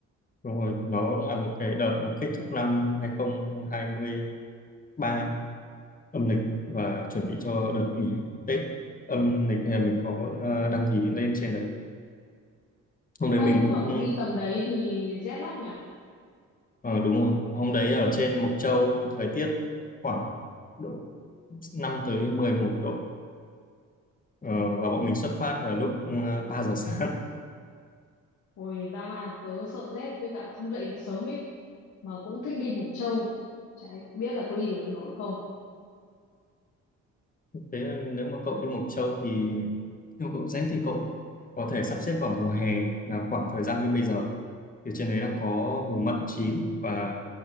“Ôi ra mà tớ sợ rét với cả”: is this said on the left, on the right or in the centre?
Left